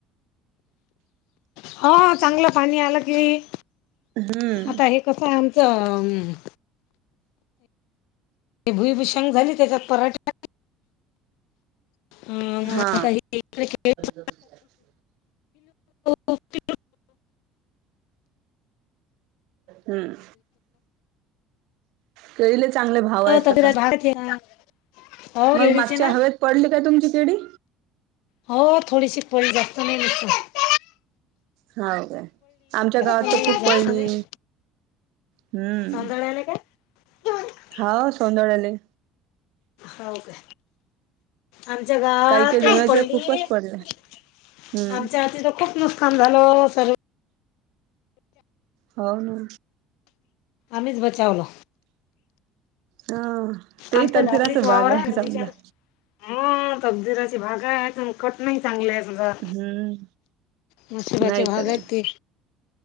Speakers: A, on the left (about 80°); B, on the right (about 75°).
A: हा, चांगलं पाणी आलं की
B: हम्म.
A: आता हे कसं, आमचं अं ते भुईभषंग झाली. त्याच्यात पराठ्या हम,
B: हा
A: आता ही <unintelligible>
B: <unintelligible>
A: पिल्लू
B: हम्म. केळीले चांगले भावयत
A: तगड्यात
B: आता.
A: भारत आहे ना. हो
B: मग
A: केळीचे
B: मागच्या
A: ना
B: हवेत पडली काय, तुमची केडी?
A: हो थोडीशी पळी जास्त नाही दिसत.
B: होा का आमच्या गावात
A: नाही
B: तर
A: जास्त
B: खूप पडली.
A: नाही
B: हम्म
A: तांदळ आले का हो
B: हा सौंदळ्या आले.
A: हो का. आमच्या गावात
B: काही काही जणाच्या
A: पडली
B: खूपच
A: आमच्या
B: पडलाय. हम्म
A: हाती तर खूप नुसत. स झााल असल.
B: हो ना.
A: आम्हीच बचावलं.
B: हा ते
A: आमचं
B: तरलतरा
A: डाकरीत
B: अस
A: वावर
B: भाग आहे
A: नदीच्या
B: समजा
A: हा तबजुराची भागा आहे कट नाही चांगले. आ
B: हम्म
A: मछी वाछी
B: नाही
A: भागती.
B: तर काय